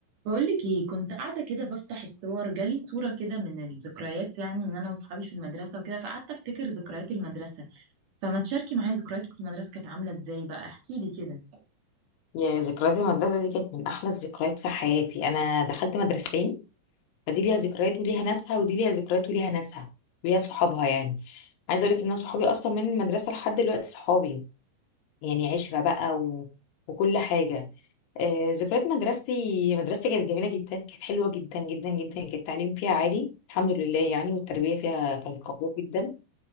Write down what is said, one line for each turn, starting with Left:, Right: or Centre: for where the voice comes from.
Right: بقولك ايه كنت قاعدة كده بفتح الصور جالي صورة كده من الذكريات يعني ان انا وصحابي في المدرسة وكده فقعدت افتكر ذكريات المدرسة فما تشاركي معايا ذكرياتك في المدرسة كانت عاملة ازاي بقى احكي لي كده
Left: يا ذكريات المدرسة دي كانت من أحلى الذكريات في حياتي أنا دخلت مدرستين فدي ليها ذكريات وليها ناسها ودي ليها ذكريات وليها ناسها وليها صحابها يعني عايزة أقولك إن أنا صحابي أصلا من المدرسة لحد دلوقتي صحابي يعني عشرة بقى و... وكل حاجة آه ذكريات مدرستي مدرستي كانت جميلة جدا كانت حلوة جدا جدا جدا كان التعليم فيها عالي الحمد لله يعني والتربية فيها كانت قوية جدا